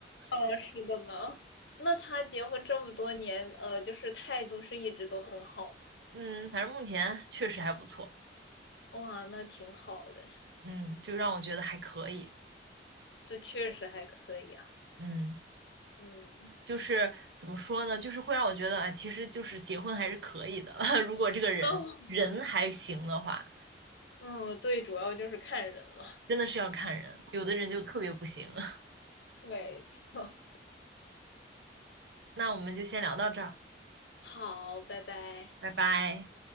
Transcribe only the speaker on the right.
嗯，反正目前确实还不错，
嗯，就让我觉得还可以，
嗯，
就是怎么说呢，就是会让我觉得，哎，其实就是结婚还是可以的，<laughs> 如果这个人人还行的话，
真的是要看人，有的人就特别不行。<laughs>
那我们就先聊到这儿，
拜拜。